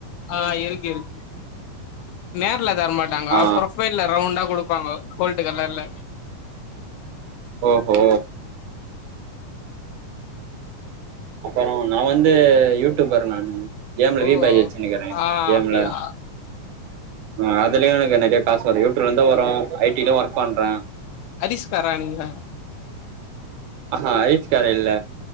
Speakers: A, on the left (about 80°); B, on the right (about 75°).
A: ஆ இருக்கு இருக்கு நேர்ல தர மாட்டாங்க
B: ஆ
A: ப்ரொஃபைல்ல ரவுண்டா கொடுப்பாங்கோ கோல்டு கலர்ல
B: ஓஹோ அப்பற நா வந்து யூடியூபர் நானு கேம்ல
A: ஓ
B: ரீ பேஜ் வச்சினுக்கிற
A: ஆ
B: கேம்ல
A: அப்டியா
B: ஆ அதுலயு எனக்கு காசு வரு யூடியூப்ல இருந்து வரு ஐ டி லும் ஒர்க் பண்ற
A: அடிஸ்காரா நீங்க
B: ஆ அரிஸ் காரு இல்ல